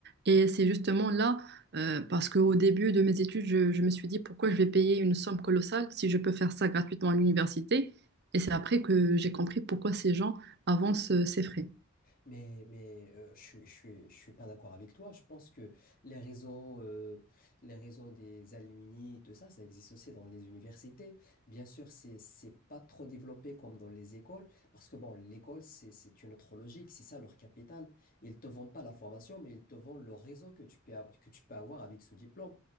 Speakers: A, on the right (about 55°); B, on the left (about 45°).
A: Et c'est justement là, euh, parce qu'au début de mes études, je, je me suis dit pourquoi je vais payer une somme colossale si je peux faire ça gratuitement à l'université. Et c'est après que j'ai compris pourquoi ces gens avancent euh, ces frais.
B: Mais, mais euh, je, suis- je, suis- je suis pas d'accord avec toi. Je pense que les réseaux, euh, les réseaux des alumni, tout ça, ça existe aussi dans les universités. Bien sûr, c'est, c'est pas trop développé comme dans les écoles, parce que bon, l'école, c'est, c'est une autre logique, c'est ça leur capital. Ils te vendent pas la formation, mais ils te vendent le réseau que tu peux, a- que tu peux avoir avec ce diplôme.